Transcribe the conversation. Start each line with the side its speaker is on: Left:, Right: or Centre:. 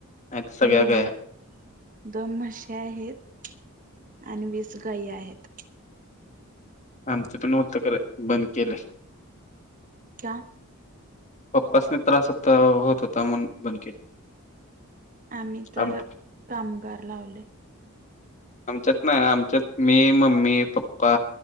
Left: नाहीतर सगळ्या
Right: हम्म
Left: गाय.
Right: दोन म्हशीया आहेत आणि वीस गाई आहेत.
Left: आमच पण होतं खरं बंद केल.
Right: का
Left: पप्पासनी त्रास होता होत होता म्हणून बंद केलं.
Right: आम्ही तर
Left: आम
Right: कामगार लावले.
Left: आमच्यात नाही आमच्यात मी मम्मी पप्पा